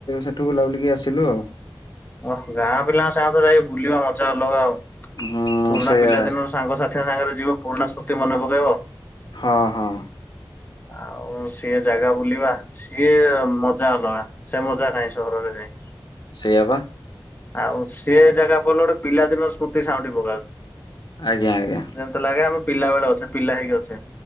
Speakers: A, on the left; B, on the left.
A: ସେଠୁ ବୁଲାବୁଲିିକି ଆସିଲୁ ଆଉ।
B: ଓହୋ ଗାଁ ପିଲାଙ୍କ ସାଙ୍ଗରେ ଯାଇକ ବୁଲିବା ମଜା ଅଲଗ ଆଉ।
A: ହୁଁ
B: ପୁରୁଣା
A: ସେଇଆ
B: ପିଲାଦିନର ସାଙ୍ଗସାଥି ସାଙ୍ଗରେ ଯିବ ପୁରୁଣା ସ୍ମୃତି ମନେ ପକେଇବ।
A: ହଁ ହଁ।
B: ଆଉ ସିଏ ଜାଗା ବୁଲିବା ସିଏ ମଜା ଅଲଗା। ସେ ମଜା କାଇଁ ସହରରେ ଯାଇଁ
A: ସେଇଆ ପା
B: ଆଉ ସିଏ ଜାଗା ପଲ ଗୋଟେ ପିଲାଦିନ ସ୍ମୃତି ସାଉଁଟି ପକାଉଛି।
A: ଆଜ୍ଞା ଆଜ୍ଞା।
B: ଯେମିତି ଲାଗେ ଆମେ ପିଲା ବେଳେ ଅଛେ ପିଲା ହେଇକି ଅଛେ।